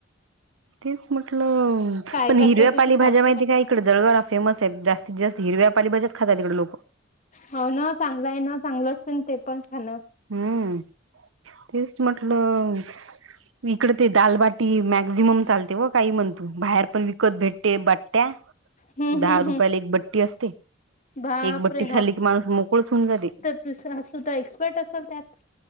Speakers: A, on the right; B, on the left.
A: तेच म्हटलं.
B: काय
A: पण
B: करताय
A: हिरव्या
B: तुझी
A: पाले
B: सासू
A: भाज्या माहिती
B: वगैरे
A: काय इकडे जळगावला फेमस आहेत जास्तीत जास्त हिरव्या पालीभज्याच खातात इकडे लोक.
B: हो ना चांगलं आहे ना चांगलं असे ते पण खान
A: हम्म तेच म्हटलं इकडे दालबाटी मॅक्झिमम चालते व काही म्हणत बाहेर पण वी इकत भेटते बट्ट्या
B: हम्म
A: दहा
B: हम्म
A: रुपयाला
B: हम्म
A: एक बट्टी असते.
B: बापरे
A: एक बट्टी खाल्ली की माणूस मोकळच होऊन जाते.
B: तुझी सासू तर एक्सपर्ट असेल त्यात